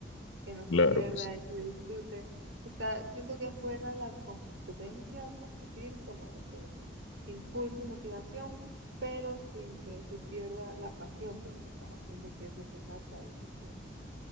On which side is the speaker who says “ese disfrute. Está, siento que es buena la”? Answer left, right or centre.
Right